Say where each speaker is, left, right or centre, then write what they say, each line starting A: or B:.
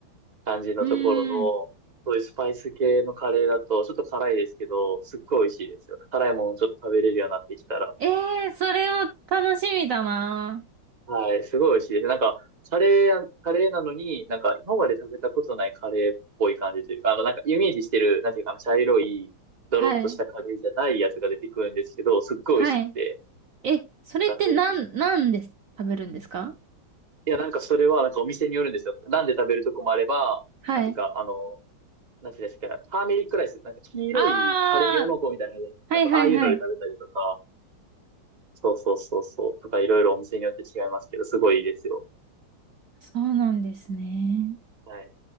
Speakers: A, on the right; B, on the right.
A: 感じのところの、
B: うーん。
A: そういうスパイス系のカレーだと、ちょっと辛いですけど、すっごい美味しいですよ。辛いものちょっと食べれるようになってきたら。
B: ええー、それは楽しみだな。
A: はい、すごい美味しいです。なんか、カレーや、カレーなのに、なんか、今まで食べたことないカレーっぽい感じというか、あの、なんか、イメージしてる、なんていうか、あの、茶色い、ドロッとしたカレーじゃないやつが出てくるんですけど、
B: はい。
A: すっごい美味しくて、
B: はい。え、それってなん、
A: なんか、ぜひ。い
B: なんで食べるんですか
A: や、なんか、それは、なんか、お店によるんですよ。なんで食べるとこもあれば、
B: はい。
A: なんていうか、あの、なんていうんですか、ターメリックライス、なんか、黄色いカレー用の子みたいなのじゃないですか。
B: ああ、はいはいはい。
A: ああいうので食べたりとか、そうそうそうそう、とか、いろいろお店によって違いますけど、すごいいいですよ。
B: そうなんですね。
A: はい